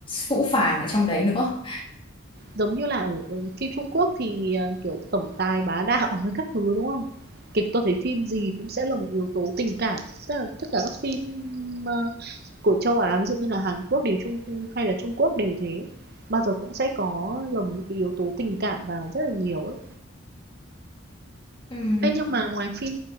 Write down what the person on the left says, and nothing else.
phũ phàng ở trong đấy nữa.
Ừm,